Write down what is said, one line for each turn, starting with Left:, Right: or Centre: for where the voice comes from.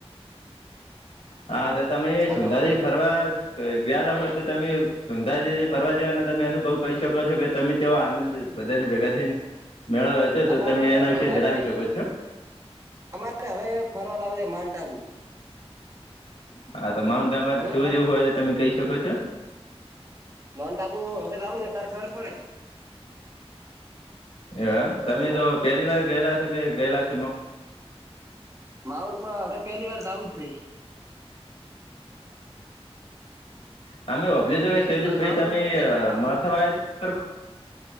Left: હા તો તમે સુંઘારી
Right: હલો
Left: ફરવા ગ ગયાલા હોય તો તમે સોંધા ફરવા જવાને તમે અનુભવ કહી શકો છો કે તમે ચો આનંદ બધાને ભેગા થઈ મેળવ તો
Right: અમારે
Left: તમે એના
Right: સોંધાથી
Left: વિશે જણાવી શકો છો.
Right: અરે હવે ફરવા જાવ છે માઉન્ટ આબુ
Left: હા તો માઉન્ટ આમા
Right: હમણાં
Left: શું
Right: ફર
Left: જેવું હોય તો તમે કહી શકો છો.
Right: માઉન્ટ આબુ હવે જાવું તા ખબર પડે.
Left: એ તમે
Right: હલો
Left: તો પેલી વાર ગયેલા છો કે ગયેલા છો મ
Right: માઉટમાં હવે પેલી વાર તો જાવું જ છે.
Left: હ અમે હોભલી છે કે સૈલીશ
Right: હવે
Left: ભાઈ
Right: માઉન્ટમાં
Left: તમે
Right: પહેલી વાર રાઉન્ડ
Left: મરથા વાયા